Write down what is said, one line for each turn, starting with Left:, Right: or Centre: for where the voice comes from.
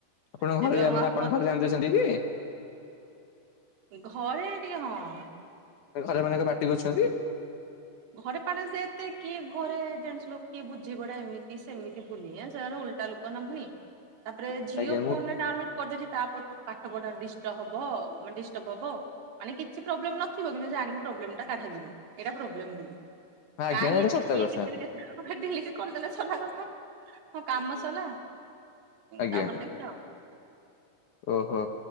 Left: ଆପଣଙ୍କ
Right: ସେଥିପାଇଁ
Left: ଘରେ ଜା
Right: ମୁଁ
Left: ମାନେ
Right: ଆଉ
Left: ଆପଣଙ୍କ ଘରେ ଜାଣିଦେଇଚନ୍ତି କି?
Right: ଏ ଘରେ ଟିକେ ହଁ।
Left: ତାଙ୍କ ଘରେ ମାନେ ଙ୍କ ପାଟି କରୁଛନ୍ତି।
Right: ଘରେ ପାଣି ସେଏତେ କିଏ ଘରେ ଜନ୍ସେ୍ ଲୋକ କିଏ ବୁଝିବଏଟା ଏମିତି ସେମିତି ବୁଲି ସେମାନେ ଉଠି ଉଲଟା ଲୋକ ନ ଫୁଣି। ତାପରେ ଝିଅ
Left: ଆଜ୍ଞା ମୁଁ
Right: ଫୋନ୍ ରେ ଡାଉନଲୋଡ୍ କରିଦେଇଉଚି ତା ପ ପାଠପଢାର ଡିଷ୍ଟପ୍ ହବ ଆଉ। ମାନେ ଡିଷ୍ଟର୍ବ ହବ ମାନେ କିଛି ପ୍ରୋବ୍ଲେମ ନଥିବ କିନ୍ତୁ ଜାଣିକି ପ୍ରୋବ୍ଲେମ ଟା କାଢ଼ା ଯିବ ଏଇଟା ପ୍ରୋବ୍ଲେମ୍
Left: ଆଜ୍ଞା
Right: କାଇଁ
Left: ଏଇଟା
Right: ଏତେ
Left: ସତ
Right: କିଏ
Left: କଥା
Right: କେଚେରେ କେଚେରେ ହବ ଡେଲି ଡେ କରିଦେଲେ ସଲା କଥା ହଁ କାମ ସଲା
Left: ଆଜ୍ଞା।
Right: ତାପରେ ଦେଖିଆ।
Left: ଓହୋ